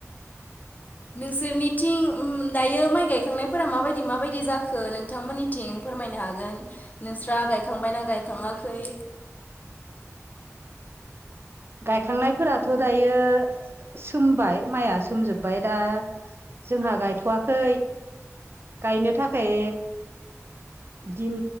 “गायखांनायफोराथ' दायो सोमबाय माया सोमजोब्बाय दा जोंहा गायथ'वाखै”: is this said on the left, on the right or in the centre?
Right